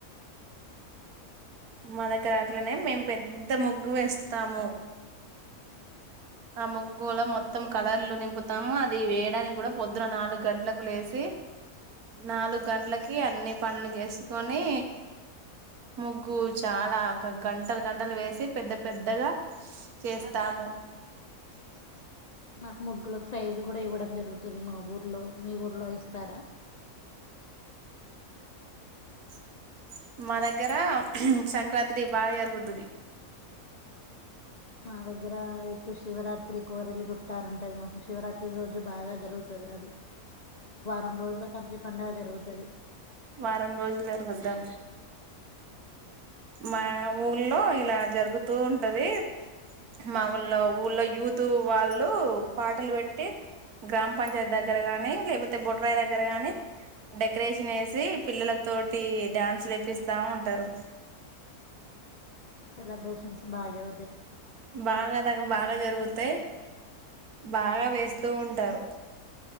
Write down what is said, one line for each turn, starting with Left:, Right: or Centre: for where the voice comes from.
Left: <inaudible>
Right: మదకరాట్లనే మేము పెద్ద ముగ్గు వేస్తాము
Left: హ
Right: ఆ ముగ్గులో మొత్తం కలర్లు నింపుతాము అది వేయడానికి కూడా పొద్దున నాలుగు గంటలకు లేసి నాలుగు గంటలకి అన్ని పనులు చేసుకొని ముగ్గు చాలా ఒక గంటలు గంటలు వేసి పెద్ద పెద్దగా చేస్తాము <inaudible>
Left: మాకు ముగ్గులలకు ఫ్రైజ్ కూడా ఇవ్వడం జరుగుతుంది మా ఊర్లో మీ ఊర్లో ఇస్తారా
Right: <inaudible> మా దగ్గర సంక్రాంతి బాగా జరుగుతది
Left: మా దగ్గర అయితే శివరాత్రి కోరేల గుట్ట ఉంటది మాకు శివరాత్రి రోజు బాగా జరుగుతుంది మాకు వారం రోజుల కంతి పండగ జరుగుతుది
Right: వారం రోజులు జరుగుద్దాం మా ఊళ్లో ఇలా జరుగుతూ ఉంటది మా ఊళ్ళ ఊళ్ళ యూత్ వాళ్ళు పాటలు పెట్టి గ్రామ పంచాయత దగ్గర గాని లేకపోతే బొట్రాయ దగ్గరా గాని డెకరేషన్ వ తి పిల్లల తోటి డ్యాన్సులేపిస్తా ఉంటారు
Left: సెలిబ్రేషన్స్ బాగా‌
Right: బాగాధ బాగా జరుగు తాయ్ బాగా వేస్తూ ఉంటారు